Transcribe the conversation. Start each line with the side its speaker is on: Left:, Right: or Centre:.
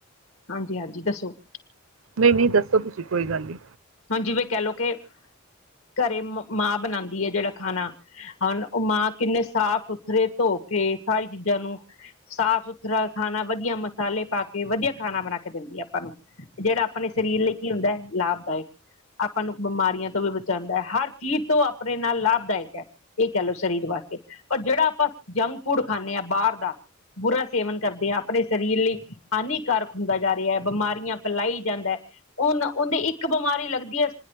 Left: ਹਾਂਜੀ-ਹਾਂਜੀ ਦੱਸੋ।
Right: ਨਹੀਂ ਨਹੀਂ, ਦੱਸੋ ਤੁਸੀਂ ਕੋਈ ਗੱਲ ਨਹੀਂ।
Left: ਹੁਣ ਜਿਵੇਂ ਕਹਿਲੋ ਕਿ, ਘਰੇ ਮਾਂ ਬਣਾਂਦੀ ਏ, ਜਿਹੜਾ ਖਾਣਾ ਹੁਨ, ਮਾਂ, ਕਿੰਨੇ ਸਾਫ਼-ਸੁਥਰੇ ਧੋਕੇ ਸਾਰੀ ਚੀਜ਼ਾਂ ਨੂੰ ਸਾਫ਼-ਸੁਥਰਾ ਖਾਣਾ ਵਧੀਆ ਮਸਾਲੇ ਪਾਕੇ ਵਧੀਆ ਖਾਣਾ ਬਣਾਕੇ ਦਿੰਦੀ ਹੈ ਆਪਾਂ ਨੂੰ, ਜਿਹੜਾ ਆਪਣੇ ਸਰੀਰ ਲਈ ਕੀ ਹੁੰਦਾ ਹੈ, ਲਾਭਦਾਇਕ। ਆਪਾਂ ਨੂੰ ਬਿਮਾਰੀਆਂ ਤੋਂ ਵੀ ਬਚਾਂਦਾ ਹੈ, ਹਰ ਚੀਜ਼ ਤੋਂ ਆਪਣੇ ਨਾਲ ਲਾਭਦਾਇਕ ਹੈ। ਇਹ ਕਹਿ ਲਓ ਸਰੀਰ ਵਾਸਤੇ ਪਰ, ਜਿਹੜਾ ਆਪਾਂ ਜੰਕ ਫੂਡ ਖਾਂਨੇ ਆਂ ਬਾਹਰ ਦਾ, ਬੁਰਾ ਸੇਵਨ ਕਰਦੇ ਹਾਂ, ਆਪਣੇ ਸਰੀਰ ਲਈ ਹਾਨੀਕਾਰਕ ਹੁੰਦਾ ਜਾ ਰਿਹਾ, ਬਿਮਾਰੀਆਂ ਫੈਲਾਈ ਜਾਂਦਾ, ਉਹਨ ਉਹਦੇ ਇੱਕ ਬਿਮਾਰੀ। ਲੱਗਦੀ ਹੈ